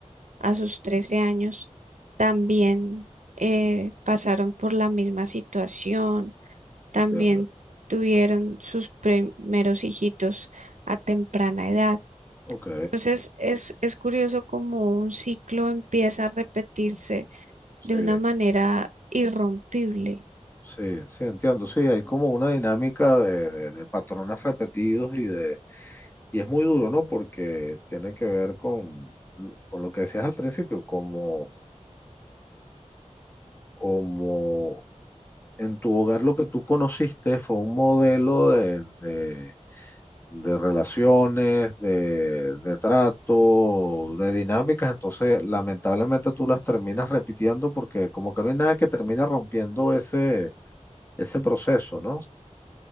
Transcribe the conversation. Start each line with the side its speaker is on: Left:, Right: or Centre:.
Right: a sus 13 años, también eh, pasaron por la misma situación, también
Left: Entiendo.
Right: tuvieron sus primeros hijitos a temprana edad.
Left: Ok,
Right: Entonces es, es curioso como un ciclo empieza a repetirse
Left: sí,
Right: de una manera irrompible.
Left: sí, sí, entiendo. Sí, hay como una dinámica de, de, de patrones repetidos y de, y es muy duro, ¿no? Porque tiene que ver con, con lo que decías al principio, como, como en tu hogar lo que tú conociste fue un modelo de, de- de relaciones, de, de trato, de dinámicas, entonces lamentablemente tú las terminas repitiendo porque como que no hay nada que termine rompiendo ese, ese proceso, ¿no?